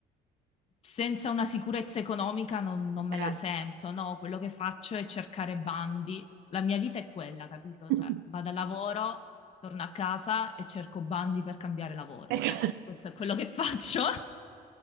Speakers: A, on the left; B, on the right.
A: senza una sicurezza economica non, non me
B: Eh,
A: la sento, no, quello che faccio è cercare bandi. La mia vita è quella, capito?
B: <laughs>
A: Cioè, vado al lavoro, torno a casa e cerco bandi per cambiare lavoro.
B: Ecco.
A: Questo è quello che <laughs> faccio.